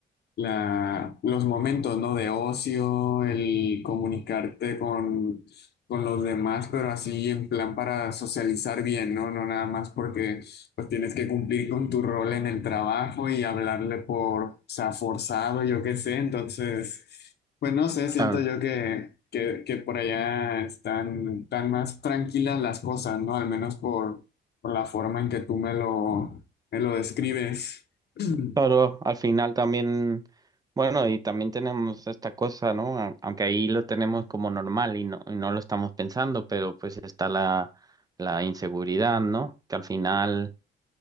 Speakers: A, on the left; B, on the right.
A: la, los momentos, ¿no? De ocio, el comunicarte con, con los demás, pero así en plan para socializar bien, ¿no? No nada más porque pues tienes que cumplir con tu rol en el trabajo y hablarle por, o sea, forzado, yo qué sé. Entonces, pues no sé, siento
B: Claro.
A: yo que, que, que por allá están, tan más tranquilas las cosas, ¿no? Al menos por, por la forma en que tú me lo, me lo describes. <clears throat>
B: Claro, al final también, bueno, y también tenemos esta cosa, ¿no? A- Aunque ahí lo tenemos como normal y no, y no lo estamos pensando, pero pues está la, la inseguridad, ¿no? Que al final